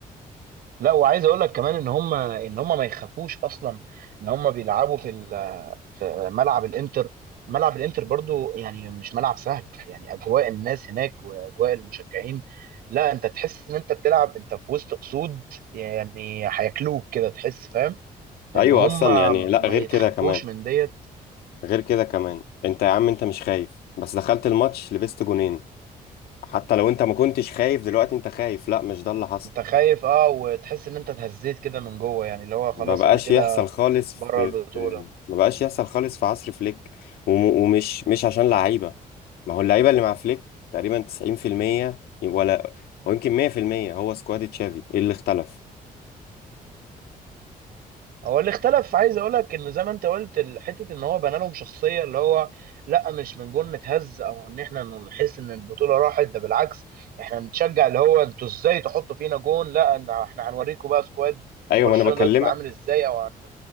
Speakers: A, on the right; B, on the left.
A: لا وعايز اقول لك كمان ان هم ان هم ما يخافوش اصلا ان هم بيلعبوا في ال- في ملعب الانتر ملعب الانتر برضو يعني مش ملعب سهل يعني اجواء الناس هناك واجواء المشجعين لا انت تحس ان انت بتلعب انت في وسط اسود يعني هياكلوك كده تحس فاهم ان
B: ايوه
A: هم
B: اصلا يعني لا
A: ما
B: غير
A: يتخافوش
B: كده كمان
A: من ديت
B: غير كده كمان انت يا عم انت مش خايف بس دخلت الماتش لبست جونين حتى لو انت ما كنتش خايف دلوقتي انت خايف لا مش ده اللي حصل
A: انت خايف اه وتحس ان انت اتهزيت كده من جوه يعني اللي هو خلاص
B: ما بقاش
A: انا كده
B: يحصل خالص
A: بره
B: في,
A: البطولة
B: في ما بقاش يحصل خالص في عصر فليك وم... ومش مش عشان لعيبة ما هو اللعيبة اللي مع فليك تقريبا 90% ولا ويمكن 100% هو سكواد تشافي ايه اللي اختلف
A: هو اللي اختلف عايز اقول لك ان زي ما انت قلت ال- حته ان هو بنى لهم شخصيه اللي هو لا مش من جون متهز او ان احنا نحس ان البطوله راحت ده بالعكس احنا نتشجع اللي هو انتوا ازاي تحطوا فينا جون لا إن احنا هنوريكم بقى سكواد
B: ايوه
A: برشلونه
B: ما انا بكلمك
A: دلوقتي بقى عامل ازاي او هن...